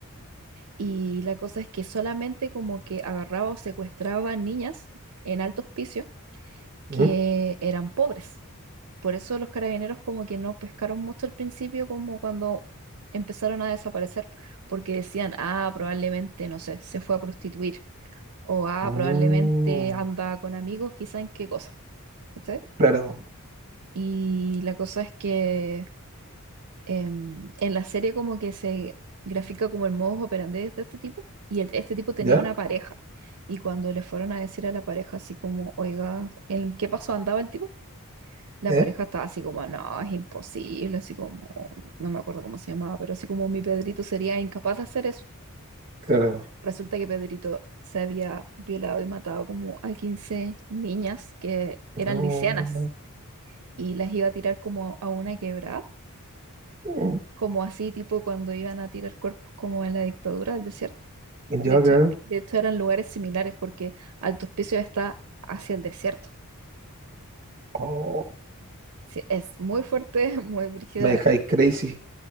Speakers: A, on the right; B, on the right.
A: Y la cosa es que solamente como que agarraba o secuestraba niñas en alto hospicio que
B: Ujú.
A: eran pobres. Por eso los carabineros como que no pescaron mucho al principio, como cuando empezaron a desaparecer, porque decían, ah, probablemente, no sé, se fue a prostituir, o ah,
B: Mm,
A: probablemente anda con amigos, quizá en qué cosa. ¿Cachai?
B: claro.
A: Y la cosa es que em, en la serie como que se grafica como el modus operandi de este tipo y el- este tipo tenía
B: ¿Ya?
A: una pareja. Y cuando le fueron a decir a la pareja así como, oiga, ¿en qué paso andaba el tipo? La
B: ¿Eh?
A: pareja estaba así como, no, es imposible, así como, no me acuerdo cómo se llamaba, pero así como mi Pedrito sería incapaz de hacer eso.
B: Claro.
A: Resulta que Pedrito se había violado y matado como a 15 niñas que eran
B: No.
A: lisianas y las iba a tirar como a una quebrada.
B: Mm.
A: como así, tipo cuando iban a tirar cuerpos como en la dictadura del desierto.
B: Ya,
A: De hecho,
B: claro.
A: de hecho eran lugares similares porque Alto Hospicio está hacia el desierto.
B: Oh,
A: Sí, es muy fuerte, <laughs> muy brígida.
B: me dejáis
A: <laughs>
B: crazy.